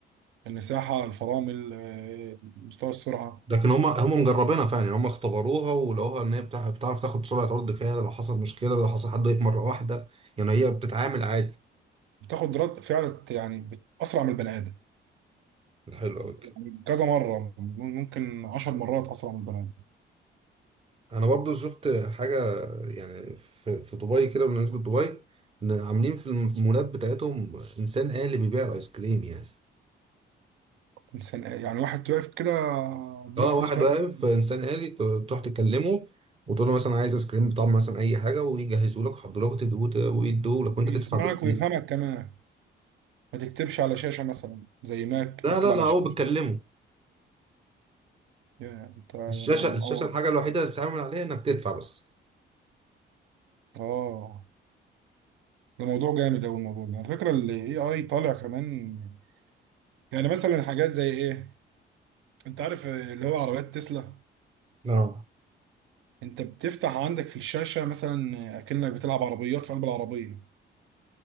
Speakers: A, on the right (about 75°); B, on the right (about 30°).
A: المساحة الفرامل آه، مستوى السرعة
B: لكن هم هم مجربينها فعلا يعني هم اختبروها ولقوها ان هي بتع- بتعرف تاخد سرعه رد فعل لو حصل مشكله لو حصل حد وقف مره واحده يعني هي بتتعامل عادي
A: بتاخد رد فعل يعني بت- أسرع من البني آدم
B: حلو قوي كده
A: يعني كذا مرة ممكن عشر مرات أسرع من البني آدم
B: انا برضو شفت حاجه يعني في, في دبي كده بالنسبه لدبي إن عاملين في المولات بتاعتهم انسان آلي بيبيع الايس كريم يعني
A: إنسان يعني واحد واقف كده اديله
B: اه
A: فلوس
B: واحد
A: مثلا
B: واقف انسان آلي ت- تروح تكلمه وتقول له مثلا عايز ايس كريم بطعم مثلا اي حاجه ويجهزوا لك يحضروا لك وتدوه ويدوه لك
A: بيسمعك
B: وانت تدفع بالفيزا
A: ويفهمك كمان ما تكتبش على شاشة مثلا زي ماك تكتب
B: لا لا
A: على
B: لا هو
A: شاشة
B: بتكلمه
A: يا انت انا
B: الشاشه الشاشه
A: اه
B: الحاجه الوحيده اللي بتتعامل عليها انك تدفع بس
A: اه ده موضوع جامد أوي الموضوع ده على فكرة ال AI طالع كمان يعني مثلا حاجات زي ايه انت عارف اللي هو عربيات تسلا
B: اه
A: انت بتفتح عندك في الشاشه مثلا اكنك بتلعب عربيات في قلب العربيه